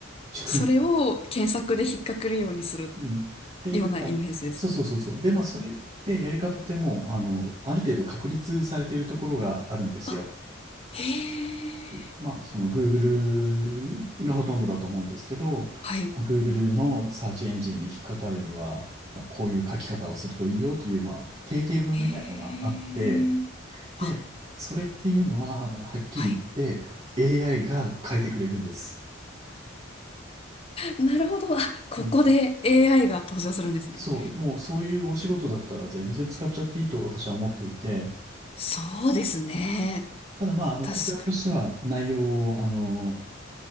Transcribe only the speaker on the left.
それを検索で引っかけるようにする
ようなイメージですか
あ、へえ。
はい。
へえ。
あ、
はい。
なるほど。あ、ここで
AI が登場するんですね。
そうですね。
確かに。